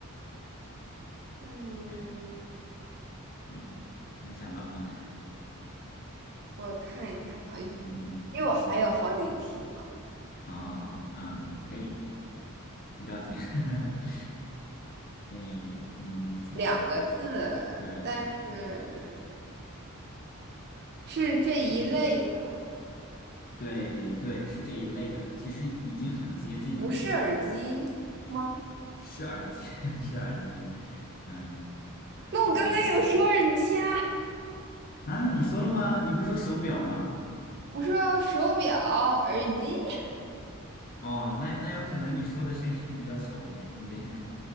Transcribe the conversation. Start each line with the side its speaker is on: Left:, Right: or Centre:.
Right: 嗯，
Left: 对，你能想到吗？
Right: 我看一下啊，
Left: <laughs>
Right: 因
Left: 嗯嗯嗯，
Right: 为我还有好几题嘛，
Left: 啊，嗯嗯，可以，不着急。<laughs> 你嗯，从我的
Right: 两个字，
Left: 对，
Right: 但是是这一类的，
Left: 嗯嗯，对对，是这一类的，其实已经很接近了，
Right: 不是耳机吗？
Left: 是耳机，<laughs> 是耳机，嗯，
Right: 那我刚刚有说耳机啊，
Left: 你猜对了啊，你说了吗？你不是说手表吗？
Right: 我说手表、耳机。<laughs>
Left: 哦，那那有可能你说的声音比较小，我没听见。